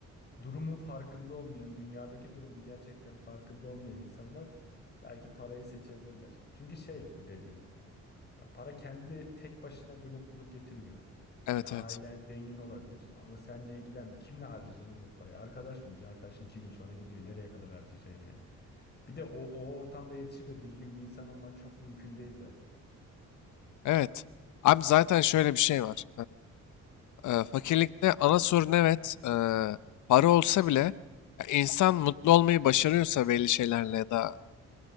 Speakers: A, on the left (about 35°); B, on the left (about 75°).
A: durumun farkında olmayan, dünyadaki durumun gerçekten farkında olmayan insanlar belki parayı seçebilirler. Çünkü şey bu dediğin. Ya para kendi tek başına bir mutluluk getirmiyor.
B: Evet
A: Yani ailen
B: evet.
A: zengin olabilir ama sen ne ilgilenmiyor. Kimle harcayacaksın ha bu parayı? Arkadaş mı olacaksın? Arkadaşın iki gün sonra gidiyor. Nereye kadar harcayacaksın yani? Bir de o, o ortamda yetişip de düzgün bir insan olman çok mümkün değil zaten.
B: Evet. Abi zaten şöyle bir şey var. Ee, e, fakirlikte ana sorun evet e, para olsa bile ya insan mutlu olmayı başarıyorsa belli şeylerle ya da